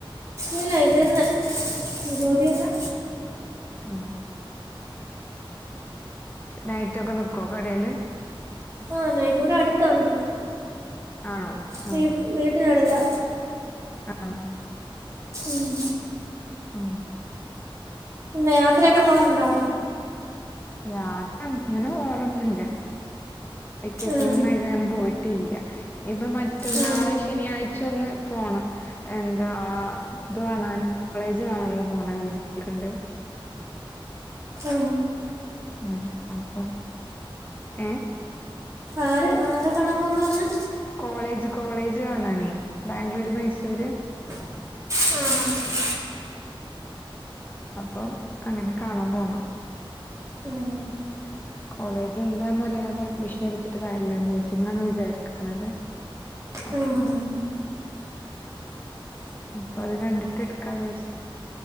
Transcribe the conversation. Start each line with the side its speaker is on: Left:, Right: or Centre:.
Right: ഇല്ല ഇത് തന്നെ ജോലി തന്നെ
Left: ആഹ നൈറ്റു ഒക്കെ നിക്കുവോ കടയില്?
Right: ആഹ നൈട്ട് ടെ അടുത്താണ്
Left: ആണോ
Right: വീ
Left: ആ
Right: വീട്ടിനടുത്താ
Left: ആഹ
Right: ഉം
Left: ഓ
Right: പിന്നെ യാത്രയൊക്കെ പോവാറുണ്ടോ
Left: യാത്ര അങ്ങനെ പോവാറൊന്നില്ല വെക്കേഷൻ
Right: ഉം
Left: ഒന്നായിട്ട അങ്ങനെ പോയിട്ട് ട്ടില്ല ഇനിയിപ്പ മറ്റന്നാളെ
Right: ആ
Left: ശനിയാഴ്ച ഒന്ന് പോണം എന്താ ഇത് കാണൻ കോളേജ് കാണൻ ഒന്ന് പോണന്നു വിജരിക്കണ്ട്
Right: ഉ
Left: ഉ അപ്പൊ ഏ
Right: ആര് ആരെ കാണാൻ പോകുന്ന് പറഞ്ഞ്
Left: കോളേജ് കോളേജ് കാണാനേ ബാംഗ്ലൂര് മൈസൂര്
Right: ആഹ
Left: അപ്പൊ അങ്ങനെ കാണാൻ പോണം
Right: ആ
Left: കോളേജ് എന്താന്നറിയാതെ അഡ്മിഷൻ എടുത്തിട്ട് കാര്യില്ല നഴ്സിംഗാണ് വിചാരിക്കുന്നത്
Right: ആ
Left: ക്കെ അപ്പൊ അത് കണ്ടിട്ട് എടുക്കാ വിചാരിച്ചു